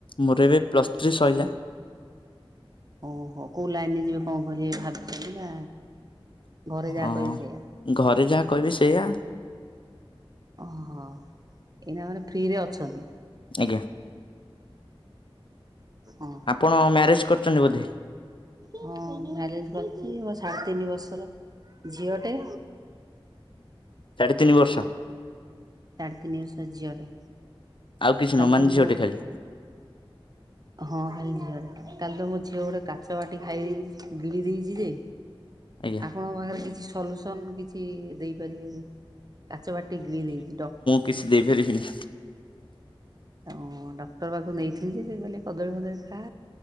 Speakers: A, on the left; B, on the right.
A: ମୋର ଏବେ ପ୍ଲସ୍ ଥ୍ରୀ ସଇଲା।
B: ଓହୋ, କୋଉ ଲାଇନରେ ଯିବେ ନା କଣ କରିବେ ଭାବିଚନ୍ତି ନା ଘରେ ଯାହା
A: ହଁ
B: କହିବେ ସେଇଆ।
A: ଘରେ ଯାହା କହିବେ ସେଇଆ।
B: ଓହୋ ଏଇନା ମାନେ ଫ୍ରିରେ ଅଛନ୍ତି।
A: ଆଜ୍ଞା।
B: ଓହୋ।
A: ଆପଣ ମ୍ୟାରେଜ୍ କରିଚନ୍ତି ବୋଧେ?
B: ହଁ ମ୍ୟାରେଜ କରିଚି ମୋ ସାଢେ ତିନି ବର୍ଷର ଝିଅ ଟେ।
A: ସାଢ଼େ ତିନି ବର୍ଷ?
B: ସାଢେ ତିନି ବର୍ଷ ର ଝିଅ ଟେ।
A: ଆଉ କିଛି
B: କା
A: ନୁହଁ ମାନେ
B: ତ ମୁଁ
A: ଝିଅଟେ ଖାଲି
B: ହଁ ଖାଲି ଝିଅ, କାଲି ତ ମୋ ଝିଅ ଗୋଟେ କାଚ ବାଟି ଖାଇ ଗିଳି ଦେଇଚି ଯେ
A: ଆଜ୍ଞା।
B: ଆପଣଙ୍କ ପାଖରେ କିଛି ସଲୁସନ କିଛି ଦେଇପାରିବେ କାଚ ବାଟି ଗିଳି ଦେଇଚି ଡ
A: କିଛି ଦେଇପାରିବିନି।
B: ହ ଡକ୍ଟର ପାଖକୁ ନେଇଥିନି ଯେ ସେ କହିଲେ କଦଳୀ ଫଦଳୀ ଖା